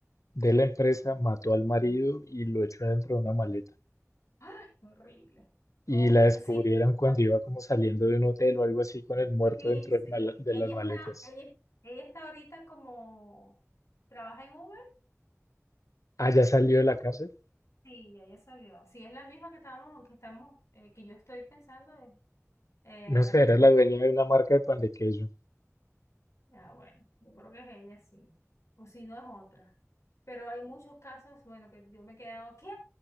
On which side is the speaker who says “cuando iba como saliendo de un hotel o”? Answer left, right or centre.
Left